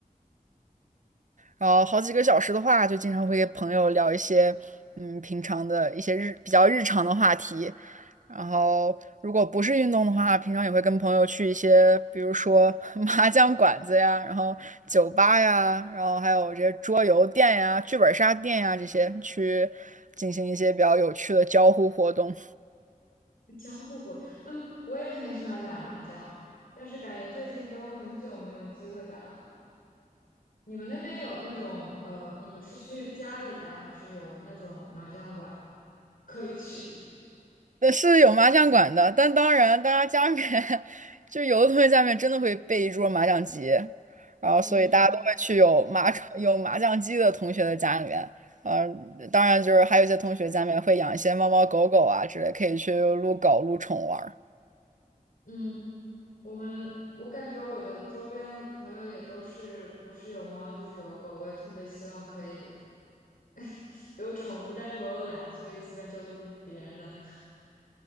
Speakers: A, on the right (about 60°); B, on the left (about 75°).
A: 然后好几个小时的话，就经常会跟朋友聊一些嗯平常的一些日比较日常的话题。然后如果不是运动的话，平常也会跟朋友去一些，比如说 <laughs> 麻将馆子呀，然后酒吧呀，然后还有这些桌游店呀、剧本杀店呀这些，去进行一些比较有趣的交互活动。
B: <laughs> 交互过，嗯，我也很喜欢打麻将，但是感觉最近都很久没有机会打了。你们那边有那种，呃，你们是去家里打，还是有那种麻将馆 <laughs> 可以去？
A: 呃是有麻将馆的，但当然，大家家里面 <laughs> 就有的同学家里面真的会备一桌麻将机，然后所以大家都会去有麻
B: 嗯
A: <laughs> 有麻将机的同学的家里面。呃，当然就是还有一些同学家里面会养一些猫猫狗狗啊之类，可以去撸狗撸宠玩
B: 嗯。我们我感觉我的周边朋友也都是不是有猫就是有狗，我也特别希望可以 <tsk> 有宠物，但是我又懒，所以基本就撸别人的。